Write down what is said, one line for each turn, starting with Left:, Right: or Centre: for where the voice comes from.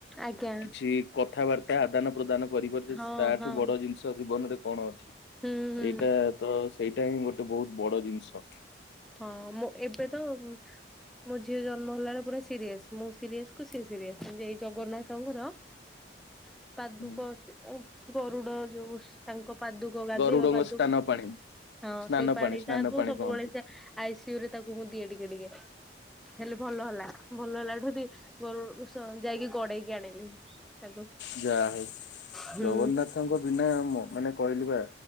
Centre: ଆଜ୍ଞା
Left: କିଛି କଥାବାର ତା ଆଦାନ ପ୍ରଦାନ କରିପାରୁଛେ
Centre: ହଁ
Left: ତାଠୁ
Centre: ହଁ
Left: ବଡ ଜିନିଷ ଜୀବନରେ କଣ ଅଛି।
Centre: ହୁଁ ହୁଁ
Left: ଏଇଟା ତ ସେଇଟା ହିଁ ଗୋଟେ ବହୁତ ବଡ ଜିନିଷ।
Centre: ହଁ ମୁଁ ଏବେ ତ ମୋ ଝିଅ ଜନ୍ମ ହେଲା ବେଳେ ପୁରା ସିରିଏସ ମୁଁ ସିରିଏସ କୁ ସିଏ ସିରିଏସ <unintelligible> ଏଇ ଜଗନ୍ନାଥଙ୍କର <inaudible> ପାଦୁକ
Left: ହୁଁ।
Centre: ସେ ଉ ଗରୁଡ ଯୋଉ ତାଙ୍କ ପାଦୁକ ଗାଧେଇବା
Left: ଗରୁଡଙ୍କ
Centre: ପାଦୁକ
Left: ସ୍ନାନ ପାଣି
Centre: ହଁ
Left: ସ୍ନାନ
Centre: ସେଇ ପାଣିଟା
Left: ପାଣି ସ୍ନାନ
Centre: କୁ
Left: ପାଣି
Centre: ସବୁବେଳେ
Left: କହନ୍ତି।
Centre: ଆଇ ସି ୟୁ ରେ ତାକୁ ମୁଁ ଦିଏ ଟିକେ ଟିକେ। ହେଲେ ଭଲ ହେଲା। ଭଲ ହେଲା ଠୁ ଟି ଗରୁ ଉ ସ ଯାଇକି ଗଡେଇକି ଆଣିଲି ତାକୁ।
Left: ଯା ହଉ
Centre: ହୁଁ
Left: ଜଗନ୍ନାଥଙ୍କ ବିନା ମ ମାନେ କହିଲେ ବା